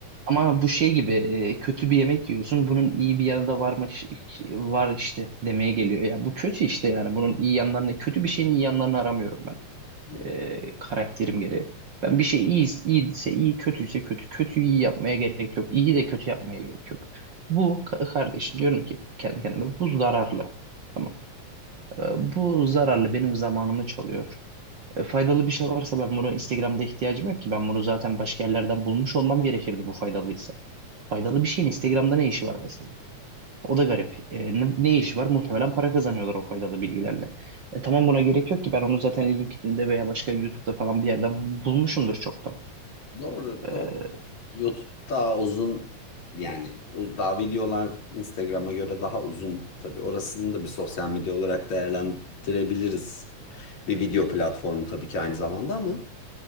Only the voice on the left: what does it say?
Hmm,
Doğru,
doğru. YouTube daha uzun yani o- daha videolar Instagram'a göre daha uzun. Tabii orasını da bir sosyal medya olarak değerlendirebiliriz. Bir video platformu tabii ki aynı zamanda ama